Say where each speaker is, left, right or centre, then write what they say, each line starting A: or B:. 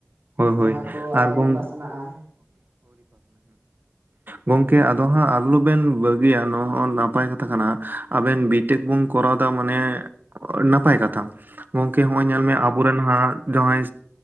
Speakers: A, on the right (about 50°); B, on the right (about 75°).
A: ᱦᱚᱭ ᱦᱚᱭ
B: ᱡᱟᱦᱟᱸ ᱠᱚ
A: ᱟᱨ
B: ᱟᱹᱣᱨᱤ
A: ᱜᱚᱝ
B: ᱯᱟᱥᱱᱟᱜᱼᱟ
A: ᱜᱚᱝᱠᱮ ᱟᱫᱚ ᱦᱟᱸᱜ ᱟᱞᱚᱵᱮᱱ ᱵᱟᱹᱜᱤᱭᱟ ᱱᱚᱣᱟ ᱱᱟᱯᱟᱭ ᱠᱟᱛᱷᱟ ᱠᱟᱱᱟ ᱟᱵᱮᱱ ᱵᱤ ᱵᱤᱴᱮᱠ ᱵᱚᱱ ᱠᱚᱨᱟᱣᱮᱫᱟ ᱢᱟᱱᱮ ᱱᱟᱯᱟᱭ ᱠᱟᱛᱷᱟ ᱜᱚᱝᱠᱮ ᱦᱚᱸᱜᱚᱭ ᱧᱮᱞᱢᱮ
B: ᱦᱩᱸ
A: ᱟᱵᱚᱨᱮᱱ ᱦᱟᱸᱜ ᱡᱟᱦᱟᱸᱭ